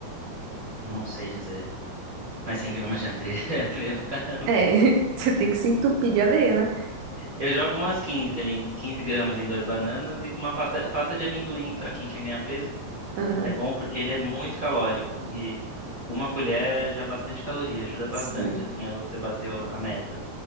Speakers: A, on the right; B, on the right.
A: Não sei dizer, mas 100 gramas de aveia <laughs> é aveia pra caramba.
B: É, <laughs> você tem que se entupir de aveia, né?
A: Eu jogo umas 15 ali, 15 gramas em duas bananas e uma pasta, pasta de amendoim para quem quer ganhar peso.
B: Aham,
A: É bom porque ele é muito calórico e uma colher é já bastante caloria, ajuda bastante
B: sim.
A: assim a você bater o- a meta.